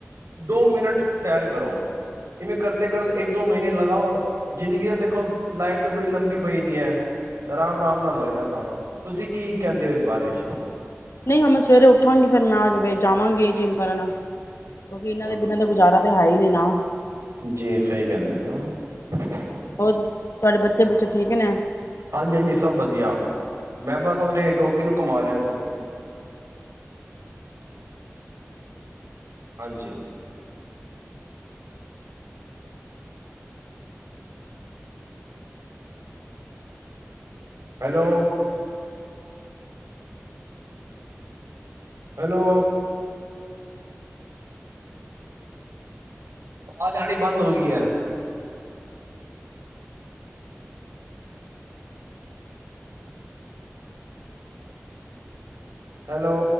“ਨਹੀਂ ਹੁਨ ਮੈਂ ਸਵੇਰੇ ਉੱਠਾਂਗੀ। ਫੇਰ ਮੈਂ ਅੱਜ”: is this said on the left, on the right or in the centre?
Left